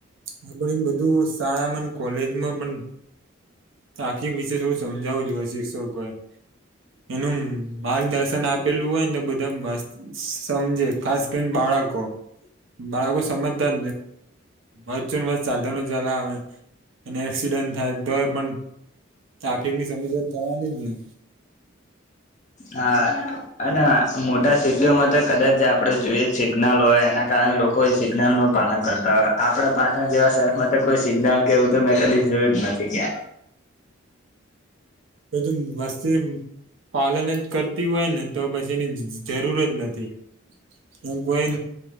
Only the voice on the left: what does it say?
હા, અને મોટા સીટીઓમાં તો કદાચ આપણે જોઈએ સિગ્નલ હોય, એના કારણે લોકો એ સિગ્નલનું પાલન કરતા હોય. આપણા પાછળ જેવા શહેરમાં તો કોઈ સિગ્નલ કે એવું તો મેં કદી જોયું જ નથી ક્યાં.